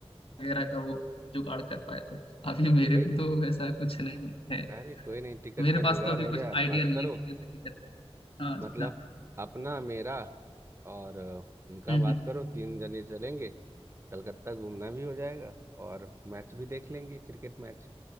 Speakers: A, on the left; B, on the right.
A: वगैरह का वो जुगाड़ कर पाए तो अभी मेरे
B: वही
A: को तो वैसा कुछ नहीं है
B: अरे कोई नहीं टिकट
A: मेरे
B: का
A: पास
B: जुगाड़
A: तो अभी
B: हो
A: कुछ
B: जाए आप
A: आइडिया
B: बात
A: नहीं
B: करो
A: है कि कैसे टिकट हाँ
B: मतलब
A: जी हाँ
B: अपना मेरा और अ, उनका
A: हम्म
B: बात
A: हम्म
B: करो तीन जने चलेंगे कलकत्ता घूमना भी हो जाएगा और मैच भी देख लेंगे क्रिकेट मैच